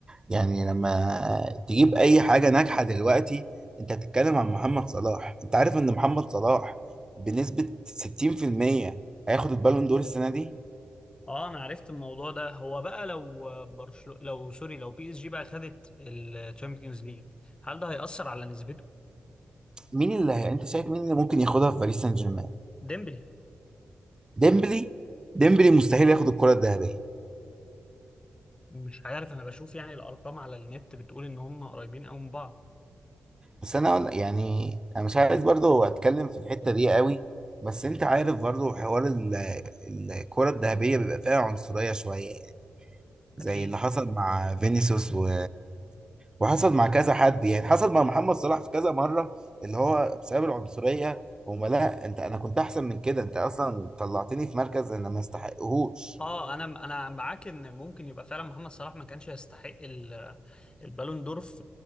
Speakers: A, on the right; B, on the left.
A: يعني لما تجيب اي حاجة ناجحة دلوقتي انت هتتكلم عن محمد صلاح انت عارف ان محمد صلاح بنسبة 60% هياخد البالون دور السنة دي
B: اه انا عرفت الموضوع ده هو بقى لو برشلونة لو سوري لو بي اس جي بقى خدت الشامبيونز ليج هل ده هيأثر على نسبته
A: مين اللي هي... انت شايف مين اللي ممكن ياخدها في باريس سان جيرمان
B: ديمبلي
A: ديمبلي ديمبلي مستحيل ياخد الكرة الذهبية
B: مش عارف انا بشوف يعني الارقام على النت بتقول ان هم قريبين قوي من بعض
A: بس انا ولا- يعني انا مش عايز برضو اتكلم في الحتة دي قوي بس انت عارف برضو حوار ال- الكرة الذهبية بيبقى فيها عنصرية شوية زي
B: اكيد
A: اللي حصل مع فينيسيوس و... وحصل مع كذا حد يعني حصل مع محمد صلاح في كذا مرة اللي هو بسبب العنصرية هما لا انت انا كنت احسن من كده انت اصلا طلعتني في مركز انا ما استحقهوش
B: اه انا انا معاك ان ممكن يبقى فعلا محمد صلاح ما كانش يستحق ال- البالون دور في